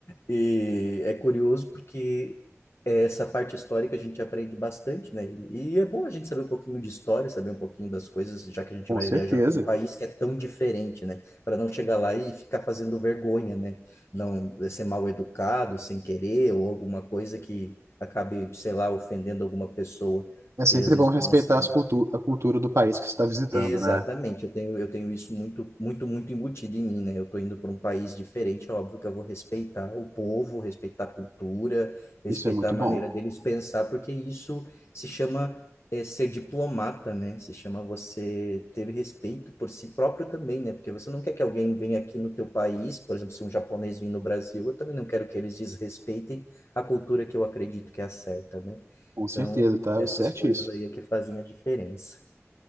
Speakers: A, on the left; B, on the right.
A: e é curioso porque é, essa parte histórica a gente aprende bastante, né? E é bom a gente saber um pouquinho de história, saber um pouquinho das coisas, já que a gente
B: com
A: vai
B: certeza.
A: viajar para um país que é tão diferente, né? Para não chegar lá e ficar fazendo vergonha, né? Não ser mal educado, sem querer, ou alguma coisa que acabe, sei lá, ofendendo alguma pessoa, porque
B: É sempre
A: às vezes
B: bom respeitar
A: tu não sabe
B: as cultu a cultura do país que você está visitando,
A: Exatamente,
B: né?
A: eu tenho, eu tenho isso muito, muito, muito embutido em mim, né? Eu tô indo para um país diferente, é óbvio que eu vou respeitar o povo, respeitar a cultura, respeitar
B: Isso é muito
A: a maneira
B: bom.
A: deles pensar, porque isso se chama é, ser diplomata, né? Se chama você ter respeito por si próprio também, né? Porque você não quer que alguém venha aqui no teu país, por exemplo, se um japonês vir no Brasil, eu também não quero que eles desrespeitem a cultura que eu acredito que é a certa, né?
B: Com certeza,
A: Então,
B: tá
A: essas
B: certíssimo.
A: coisas aí é que fazem a diferença.